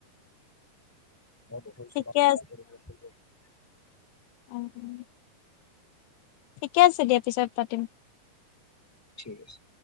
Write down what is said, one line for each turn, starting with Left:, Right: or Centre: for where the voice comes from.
Centre: মই বষ্য
Left: ঠিকে
Centre: খ কৰিবো <unintelligible>
Left: উম। ঠিকে আছে দিয়া পিছত পাতিম।
Centre: ঠিক আছে।